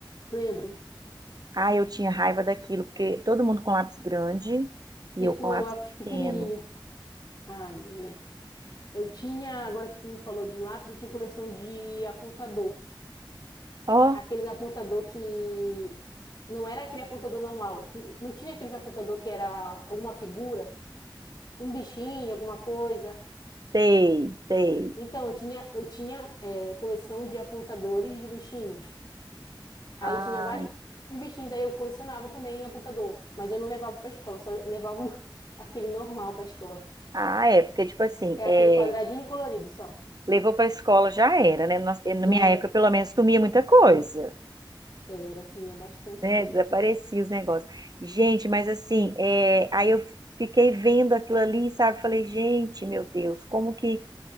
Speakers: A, on the left (about 50°); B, on the right (about 50°).
A: lembro.
B: Ah, eu tinha raiva daquilo, porque todo mundo com lápis grande e
A: E
B: eu
A: tu
B: com lápis
A: é lápis pequenininho.
B: pequeno.
A: Ai, né? Eu tinha, agora que tu me falou de lápis, eu tinha coleção de apontador.
B: Ó,
A: Aquele apontador que não era aquele apontador normal. N- Não tinha aqueles apontador que era alguma figura, um bichinho, alguma coisa.
B: sei, sei.
A: Então, eu tinha, eu tinha eh, coleção de apontadores de bichinhos. Aí
B: Ai,
A: tinha vários bichinhos, aí eu colecionava também apontador. Mas eu não levava pra escola, só levava um- <laughs> aquele normal pra escola.
B: Ah, é, porque, tipo assim,
A: Que é
B: é,
A: aquele quadradinho colorido só.
B: levou pra escola já era, né? Nossa, na
A: Já
B: minha
A: era.
B: época, pelo menos, sumia muita coisa,
A: Era, sumia bastante
B: né?
A: coisa.
B: Desaparecia os negócios. Gente, mas assim, é, aí eu fiquei vendo aquilo ali, sabe? Falei, gente, meu Deus, como que